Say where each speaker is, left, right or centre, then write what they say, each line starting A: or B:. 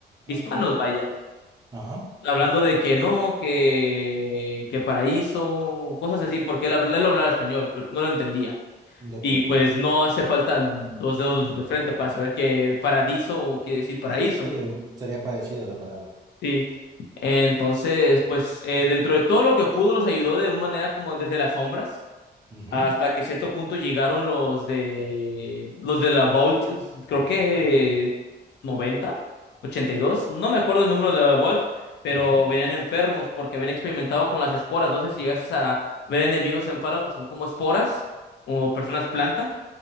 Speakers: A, on the left (about 75°); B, on the right (about 20°).
A: hispanos,
B: Ok.
A: vaya
B: Ajá.
A: hablando de que no, que, que paraíso, cosas así, porque él, habla- él hablaba español, pero no lo entendía.
B: De acuerdo.
A: Y pues no hace falta dos dedos de frente para saber que paradiso quiere decir paraíso,
B: Sí, sería parecida la palabra.
A: sí. Entonces, pues eh, dentro de todo lo que pudo, los ayudó de una manera como desde las sombras
B: Ujú,
A: hasta que cierto punto llegaron los de los de la Vault, es- creo que noventa ochenta y dos no me acuerdo el número de la Vault, pero
B: ujú.
A: venían enfermos porque habían experimentado con las esporas. No sé si llegas a ver enemigos en Fallout que son como esporas o personas planta,